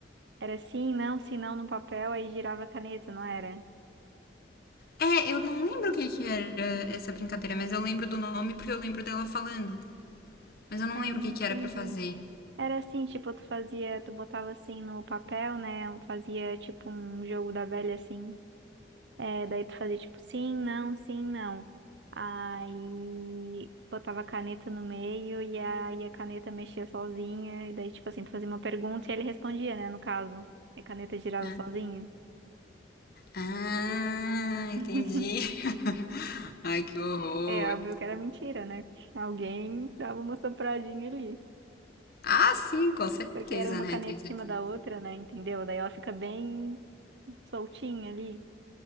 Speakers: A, on the right; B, on the left.
A: Era sim, não, sim, não no papel, aí girava a caneta, não era?
B: É, eu não lembro o que que era essa brincadeira, mas eu lembro do nome porque eu lembro dela falando. Mas eu não
A: Ah,
B: lembro o que
A: entendi.
B: que era pra fazer.
A: Era assim, tipo, tu fazia, tu botava assim no papel, né? Fazia tipo um jogo da velha assim. É, daí tu fazia tipo sim, não, sim, não. Aí botava a caneta no meio e aí a caneta mexia sozinha. E daí, tipo assim, tu fazia uma pergunta e ele respondia, né? No caso. E a caneta girava
B: Ah,
A: sozinha.
B: ah, entendi.
A: <laughs>
B: <laughs> Ai, que horror.
A: É óbvio que era mentira, né? Alguém dava uma sopradinha ali.
B: Ah, sim, com certeza,
A: Porque era uma
B: né?
A: caneta
B: Tenho certeza.
A: em cima da outra, né? Entendeu? Daí ela fica bem soltinha ali.